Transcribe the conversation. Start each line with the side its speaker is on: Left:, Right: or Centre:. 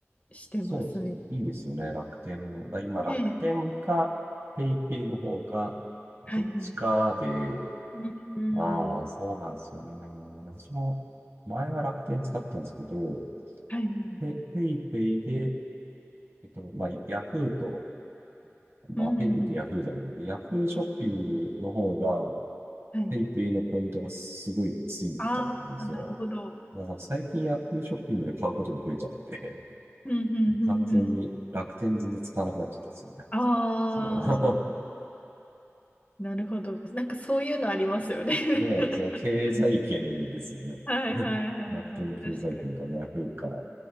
Left: してますね。
Right: そうですね。いいですよね。楽天も。だ今、
Left: ねえ。
Right: 楽天か、ペイペイの方か、どっちかで、
Left: はいはい。うん。うん。
Right: ああ、そうなんですよね。私も、前は楽天使ったんですけど、
Left: はいはい。
Right: ペ、ペイペイで、えっと、まあ、ヤフーと、まあ、
Left: うん。
Right: ペイペイってヤフーじゃないんで、ヤフーショッピングの方が、
Left: はい。
Right: ペイペイのポイントがすごいついたりするんですよ。
Left: ああ、なるほど。
Right: だから最近ヤフーショッピングで買うことが増えちゃって、
Left: うん。うん。
Right: <laughs>
Left: うん。
Right: 完全に楽天全然使わなくなっちゃったんですよね。
Left: うん。ああ。
Right: その
Left: なるほど。なんかそういうのありますよね。
Right: <laughs> ねえ、
Left: <laughs>
Right: その経済圏ですよね。
Left: はいはいはいはい。
Right: 楽天経済圏かヤフーか、
Left: 確かに。